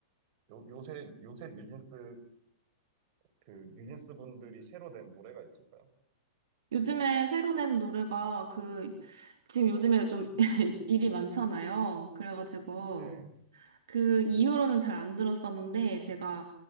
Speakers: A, on the right; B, on the right.
A: 요, 요새, 요새 뉴진스 그 뉴진스 분들이 새로 낸 노래가 있을까요?
B: 요즘에 새로 낸 노래가 그, 지금 요즘에 좀 <laughs> 일이 많잖아요. 그래가지고,
A: 네.
B: 그 이후로는 잘 안 들었었는데 제가